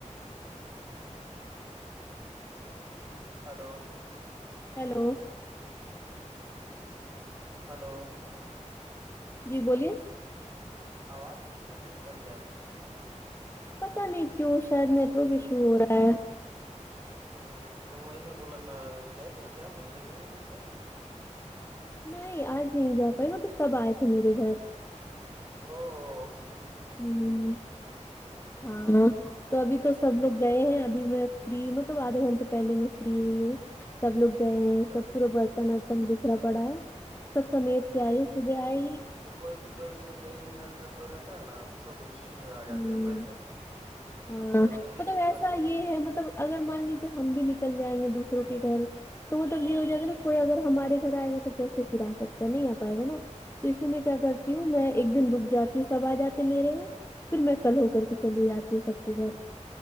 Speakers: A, on the right (about 35°); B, on the left (about 20°).
A: ہلو
B: ہیلو
A: ہلو
B: جی بولیے
A: آواز بیچ بیچ میں کٹ جا رہی ہے
B: پتا نہیں کیوں شاید نیٹ ورک ایشو ہو رہا ہے
A: ہوں تو وہی میں بولا تھا گئے تھے کیا ملنے کے لیے سب سے
B: نہیں آج نہیں جا پائی وہ تو سب آئے تھے میرے گھر
A: او س
B: ہوں ہاں تو
A: وہاں
B: ابھی
A: پہ ایسے
B: تو سب
A: ہی
B: لوگ
A: ہوتا
B: گئے
A: ہے
B: ہیں ابھی میں فری مطلب آدھے گنٹے پہلے میں فری ہوئی ہوں سب لوگ گئے ہیں
A: اچھا
B: سب
A: اچھا
B: پورا برتن ورتن بکھرا پڑا ہے سب سمیٹ کے آئی صبح آئی ہی
A: تو کوئی جوے مین گھر کا کوئی رہتا ہے نا تو سب اسی گھر آ جاتے
B: ہوں
A: ہیں پہلے دن
B: ہاں
A: پھر اگلے دن
B: مطلب
A: ہو
B: ایسا
A: کر کے
B: یہ
A: نا جاے
B: ہے مطلب اگر مان لیجیے ہم بھی نکل جائیں گے دوسروں کے گھر تو مطلب
A: ہوں
B: یہ ہو
A: ہوں
B: جائے گا نا کوئی اگر ہمارے گھر آئے گا تو کیسے پھر اسکتا نہیں آ پائے گا نا تو اس لیے میں کیا کرتی
A: اچھا
B: ہوں
A: اچھا
B: میں ایک دن رک جاتی ہوں سب آ جاتے میرے یہاں پھر میں کل ہو
A: ہوں
B: کر کے
A: ہوں
B: چلی جاتی ہوں سب کے گھر